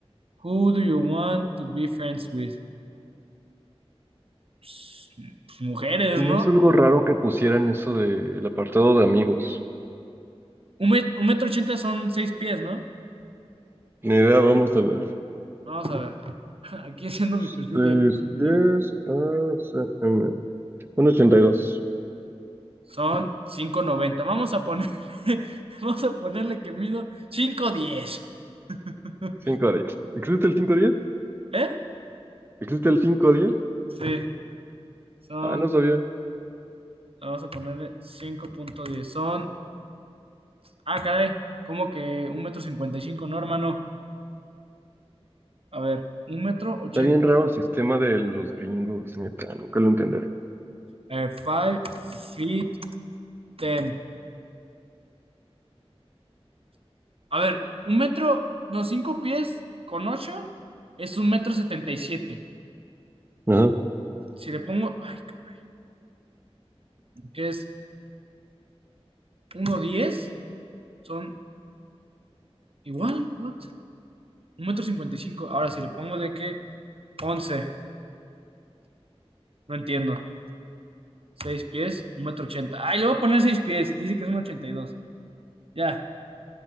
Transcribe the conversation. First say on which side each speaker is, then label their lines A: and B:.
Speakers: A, on the right (about 65°); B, on the right (about 20°).
A: Who do you want to be friends with? Pues, pues, mujeres,
B: Y
A: ¿no?
B: me hizo algo raro que pusieran eso del apartado de amigos.
A: Un, met- un metro ochenta son seis pies, ¿no?
B: Ni idea, vamos a ver.
A: Vamos a ver. <laughs> Aquí haciendo mi perfil
B: seis
A: de Facebook Diario.
B: pies a c m uno ochenta y dos
A: Son cinco noventa. Vamos a poner, <laughs> vamos a ponerle que mido cinco diez. <laughs>
B: cinco a diez ¿Existe el cinco a diez
A: ¿Eh?
B: ¿Existe el 5 a diez
A: Sí, son,
B: Ah, no sabía.
A: vamos a ponerle cinco punto diez. Son, ah, caray, como que un metro 55, no, hermano. A ver, un metro 80.
B: Está bien raro el sistema de los gringos, neta, nunca lo entenderé.
A: Eh, 5 feet ten. A ver, un metro, no, cinco pies con ocho es un metro setenta y siete.
B: Ajá.
A: Si le pongo, ay, cabrón, que es uno diez, son igual, what? Un metro cincuenta y cinco. Ahora, si le pongo de que once, no entiendo. Seis pies, un metro ochenta. Ay, le voy a poner seis pies, dice que es un ochenta y dos. Ya,